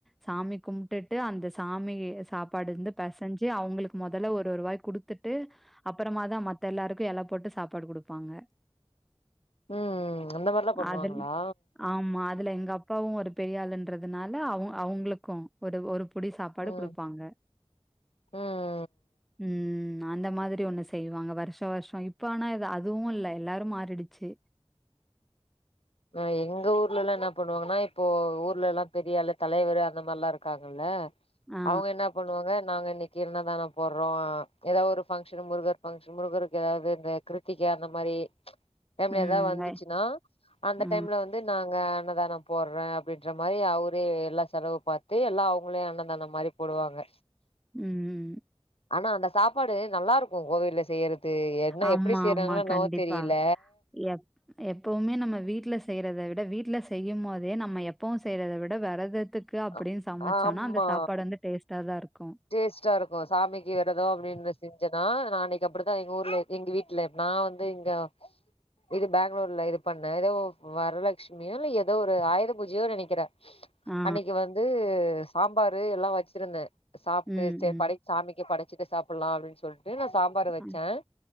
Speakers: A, in the centre; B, on the left.
A: சாமி கும்ட்டுட்டு அந்த ஸ் சாமி சாப்பாடு இருந்து பேசஞ்சு அவுங்களுக்கு மொதல்ல ஒரு ஒரு‌ வாய் குடுத்துட்டு அப்பறமாதா மத்த எல்லாருக்கும் எல போட்டு சாப்பாடு குடுப்பாங்க
B: ம் ம் அந்த மாரிலா பண்ணுவாங்களா
A: அதுல ஆமா அதுல எங்க அப்பாவும் ஒரு பெரியாலுனுன்றதுனால அவ அவுங்ளுக்கும் ஒரு ஒரு புடி சாப்பாடு
B: ம்
A: குடுப்பாங்க
B: ம்
A: உம் அந்த மாரி ஒண்ணு செய்வாங்க வருஷ வருஷோ இப்ப ஆனா அதுவு இல்ல எல்லாரு மாறிடுச்சு
B: ஹ் எங்க ஊர்லல்லா என்ன பண்ணுவாங்கன்னா இப்போ ஊர்லல்லா பெரியாலு தலைவரு அந்த மாரில்லா இருக்காங்கல்ல
A: ஆ.
B: அவுங்க என்னப் பண்ணுவாங்க நாங்க இன்னக்கி அன்னதானோ போர்றோ எதாவொரு ஃபங்க்ஷன் முருகர் ஃபங்கஷன் முருகருக்கு எதாவ்து கிருத்திக அந்த மாரி டைம்ல
A: ம்.
B: ஏதா வந்துசுனா
A: வை
B: அந்த
A: ஆ.
B: டைம்ல வந்து நாங்க அன்னதானோ போர்றே அப்டின்ற மாரி அவுரே எல்லா செலவு பாத்து எல்லா அவுங்களே அன்னதானோ மாரி போடுவாங்க
A: உம்
B: ஆனா அந்த சாப்பாடு நல்லா இருக்கு கோவில்ல செய்யுறது இது என்ன
A: ஆமா,
B: எப்டி செய்றாங்களோ
A: ஆமா.
B: என்னவோ
A: கண்டிப்பா.
B: தெரியல
A: எப் எப்பவுமே நம்ம வீட்ல செய்யறத விட வீட்ல செய்யுமோதே நம்ம எப்பவு செய்யறத விட வெரதத்துக் கு அப்டினு
B: அ
A: சமச்சோனா
B: ஆமா
A: அந்த சாப்பாடு வந்து டேஸ்ட்டா தா இருக்கு
B: டேஸ்ட்டா இருக்கு சாமிக்கு வெரதோ அப்டினு செஞ்சனா நா அன்னக்கி அப்டிதா எங்க ஊர்ல எங்க வீட்டுல நா வந்து இங்க இது பெங்களூர்ல இது பண்ணே எதோ வரலட்ச் மியோ எதோ ஒரு ஆயுத பூஜையோ நெனக்கிறே
A: ஆ.
B: அன்னக்கி வந்து சாம்பாரு எல்லா வச்சிருந்தே சாப்ட்டு
A: ம்,
B: சேரி
A: ம்.
B: படை சாமிக்கு படச்சிட்டு சாப்புலா அப்டினு சொல்ட்டு நா சாம்பாரு வச்சே
A: அ